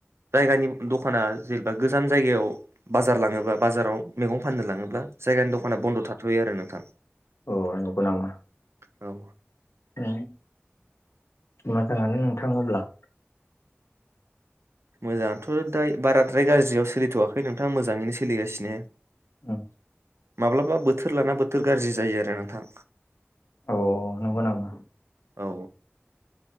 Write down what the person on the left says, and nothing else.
अ नंगौ नामा
उम मोजाङानो नोंथा होनब्ला
औ
औ नंगौ नामा